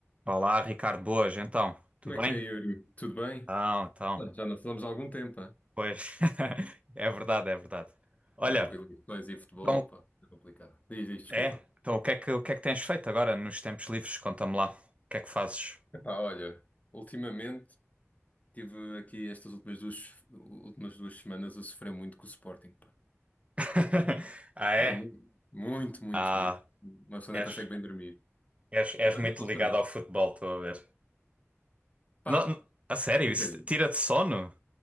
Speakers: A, on the right; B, on the left.
A: Olá, Ricardo, boas, então, tudo
B: Como é que
A: bem?
B: é, Yuri? Tudo bem?
A: Então, então,
B: Olha, Já não falamos há algum tempo, hã?
A: pois, <laughs> é verdade, é verdade. Olha,
B: Agora com eleições e futebol,
A: então,
B: pá, é complicado. Diz, diz, desculpa.
A: é, então o que é que, o que é que tens feito agora nos tempos livres? Conta-me lá, o que é que fazes?
B: Epá, olha, ultimamente tive aqui estas últimas duas, últimas duas semanas a sofrer muito com o Sporting, pá.
A: <laughs> Ah, é?
B: Pá, muito, muito, muito,
A: Ah,
B: muito. Uma pessoa
A: és,
B: nem consegue bem dormir.
A: és, és
B: Agora
A: muito
B: já posso
A: ligado
B: dormir.
A: ao futebol, estou a ver.
B: Pá,
A: Não, não- a sério,
B: um bocadinho.
A: isso tira-te sono?